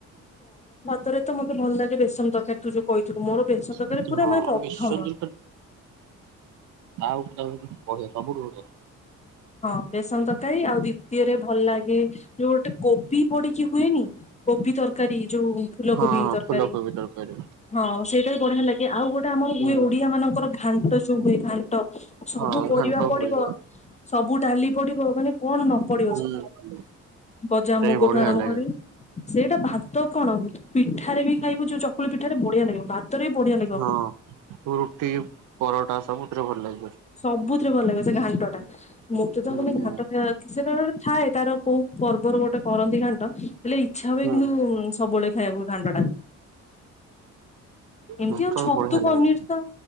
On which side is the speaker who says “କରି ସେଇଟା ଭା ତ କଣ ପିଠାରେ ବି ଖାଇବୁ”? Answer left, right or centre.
Left